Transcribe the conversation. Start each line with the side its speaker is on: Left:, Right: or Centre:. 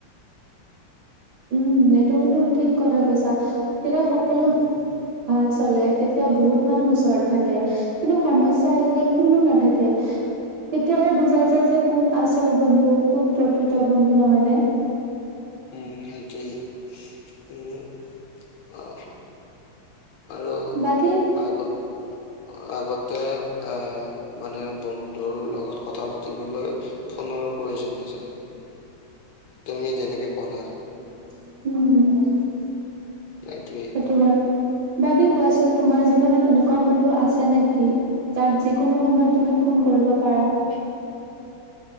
Right: উম, সেইটো কিন্তু ঠিক কথা কৈছা। তেতিয়া সকলো
Left: উম।
Right: ভাল চলে, তেতিয়া বহুত মানুহ ওচৰত থাকে। কিন্তু সমস্যা আহিলে কোনো নাথাকে, তেতিয়াহে বুজা যায়, যে কোন। আচল বন্ধু, কোন প্ৰকৃত বন্ধু নহয়নে?
Left: উম' সেইটোৱেই উম' অ। আৰু
Right: বাকী
Left: আগত,। আগতে আহ, মানে বন্ধুৰ লগত কথা পাতিবলৈ। ফোনৰো প্ৰয়োজন নাইছিল। তুমি যেনেকে ক'লা।
Right: উম'।
Left: তাকেই।
Right: সেটো হয় বাকী কোৱাচোন তোমাৰ জীৱনত এনেকুৱা বন্ধু আছে নেকি? যাক যিকোনো সময়ত তুমি ফোন কৰিব পাৰা।
Left: হে।